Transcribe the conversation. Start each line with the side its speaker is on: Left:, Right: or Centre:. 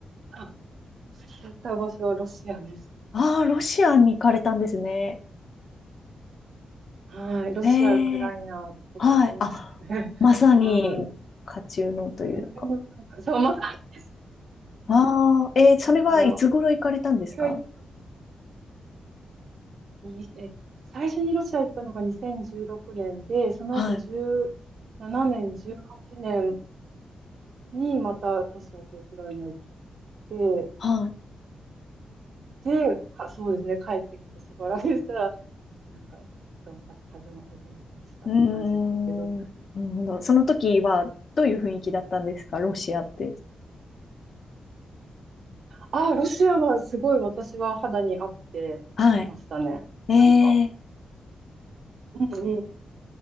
Right: あ、好きだった場所はロシアです。
Left: ああー、ロシアに行かれたんですね。
Right: はい、ロシア、
Left: へ
Right: ウクライナとか行きましたね。
Left: え、はい。あ、まさに、
Right: <laughs> はい。
Left: 家中のというか。
Right: この辺もなんか、そう、まだです、
Left: ああ、えーそれはいつ頃行かれたんですか
Right: だから、私が行ったのに、えっと、最初にロシア行ったのが2016年で、その後17年、
Left: はい。
Right: 18年にまたロシアとウクライナ行って、
Left: はい。
Right: で、かそうですね、帰ってきてしばらくしたら、なんか、ドンパチ始ま、始まりましたって感じですけど。
Left: うーん。なるほど。その時はどういう雰囲気だったんですかロシアって。
Right: ああ、ロシアはすごい私は肌に合ってましたね。
Left: はい。え
Right: なんか、
Left: え、
Right: うんうん、